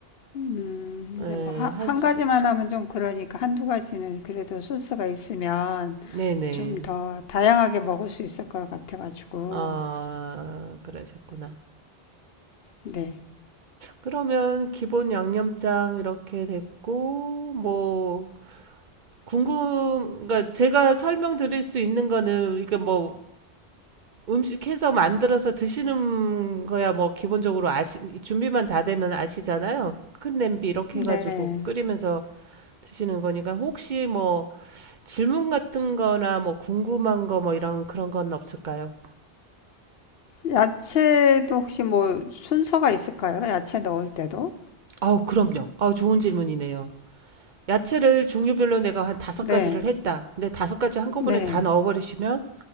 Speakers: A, on the left; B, on the right.
A: 음,
B: 예,
A: 이제 뭐, 하,
B: 할
A: 한
B: 수도,
A: 가지만 하면 좀 그러니까 한두 가지는 그래도 소스가 있으면
B: 네네.
A: 좀 더 다양하게 먹을 수 있을 것 같아가지고.
B: 아, 그러셨구나.
A: 네,
B: 그러면 기본 양념장 이렇게 됐고, 뭐, 궁금, 그러니까 제가 설명드릴 수 있는 거는, 이게 뭐, 음식해서 만들어서 드시는 거야, 뭐, 기본적으로 아시, 준비만 다 되면 아시잖아요. 큰 냄비 이렇게
A: 네.
B: 해가지고 끓이면서 드시는 거니까, 혹시 뭐, 질문 같은 거나 뭐, 궁금한 거 뭐, 이런 그런 건 없을까요?
A: 야채도 혹시 뭐 순서가 있을까요? 야채 넣을 때도?
B: 아우, 그럼요. 아우, 좋은 질문이네요. 야채를 종류별로 내가 한 다섯
A: 네,
B: 가지를 했다. 근데 다섯 가지 한꺼번에
A: 네.
B: 다 넣어버리시면